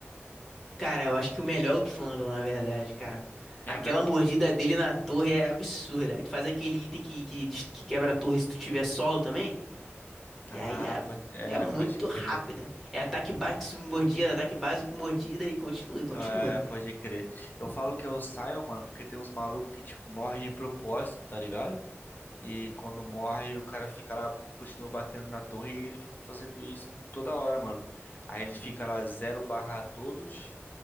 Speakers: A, in the centre; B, on the left.
A: Cara, eu acho que o melhor é o Trundle, na verdade, cara.
B: É
A: Aquela
B: mesmo?
A: mordida dele na torre é absurda. Aí tu faz aquele item que, que, des- que quebra a torre se tu tiver solo também. E
B: Ah,
A: aí é,
B: pode, é,
A: é muito
B: pode crer.
A: rápida. É ataque básico, com mordida, ataque básico, com mordida e continua, e continua.
B: É, pode crer. Eu falo que é o Sion, mano, porque tem uns malucos que, tipo, morrem de propósito, tá ligado? E quando morre, o cara fica lá, continua batendo na torre e ele fica fazendo isso toda hora, mano. Aí ele fica lá zero barra todos